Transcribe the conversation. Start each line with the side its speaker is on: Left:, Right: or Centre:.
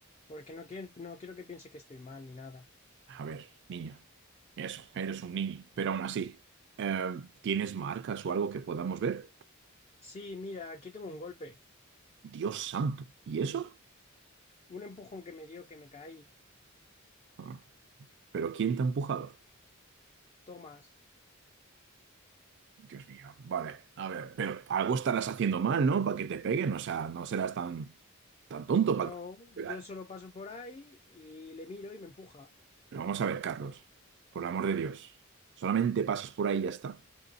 Left: porque no quiero, no quiero que piense que estoy mal ni nada.
Right: a ver, niño, eso, eres un niño, pero aún así, eh, ¿tienes marcas o algo que podamos ver?
Left: Sí, mira, aquí tengo un golpe,
Right: Dios santo, ¿y eso?
Left: un empujón que me dio que me caí.
Right: Ah, ¿Pero quién te ha empujado?
Left: Tomás.
Right: Dios mío, vale, a ver, pero algo estarás haciendo mal, ¿no? Para que te peguen, o sea, no serás tan, tan tonto
Left: No,
Right: para que te
Left: yo
Right: peguen.
Left: solo paso por ahí y le miro y me empuja.
Right: Pero vamos a ver, Carlos, por el amor de Dios, solamente pasas por ahí y ya está.